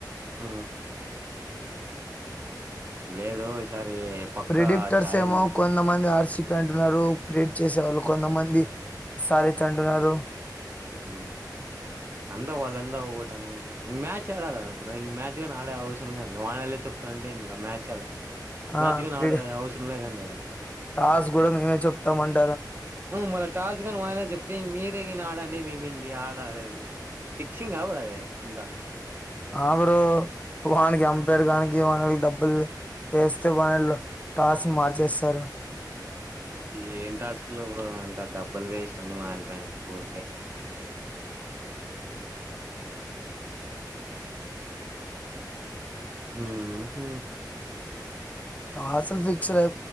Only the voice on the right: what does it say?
ఆ లేదు ఈసారి పక్కా
ఛాలెంజ్
ఆ అందావాల అందా ఊ అనుకుంటేచ్ మాచ్ ఆడాల అ నాడేవసర వానలే చొప్తాం అంటే ఇంకా మ్యాచ్ ఆడ
మ్యాచ్ కాని
ఆడ అవసరం లేదండి అద
మళ్ళ టాస్గాన్ మా చెప్తే మీరే ఈిన ఆడాడి మే ఇ ఆడ అదే అదే ఫిక్సింగ్ ఆవరా అదే ఎంతా
ఏంటిసుకలు ఇప్పుడు అంట డబ్బులు వేస్ట్ అండి మాయల్పోయి స్కఊరికే ఉమ్